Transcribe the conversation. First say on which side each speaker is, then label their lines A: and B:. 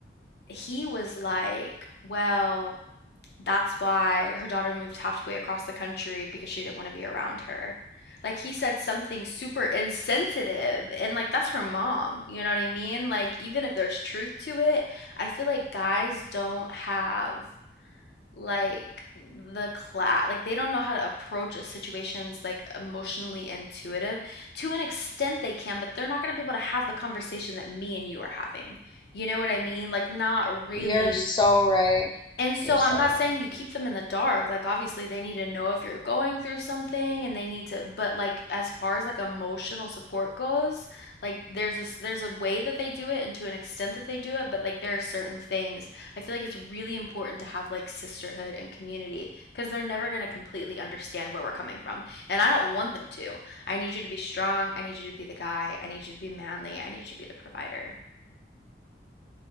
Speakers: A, on the left; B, on the left.
A: he was like well that's why her daughter moved halfway across the country because she didn't want to be around her. Like he said something super insensitive and like that's her mom, you know what I mean? Like even if there's truth to it, I feel like guys don't have like the class like they don't know how to approach a situation's like emotionally intuitive. To an extent they can, but they're not going to be able to have the conversation that me and you are having. You know what I mean? Like not really
B: You're so right.
A: and so
B: You're so
A: I'm not saying
B: right.
A: you keep them in the dark, like, obviously, they need to know if you're going through something and they need to but, like, as far as, like, emotional support goes, like, there's this there's a way that they do it and to an extent that they do it, but, like, there are certain things. I feel like it's really important to have, like, sisterhood and community, because 'cause they're never gonna completely understand where we're coming from, and I don't want them to. I need you to be strong, I need you to be the guy, I need you to be manly, I need you to be the provider.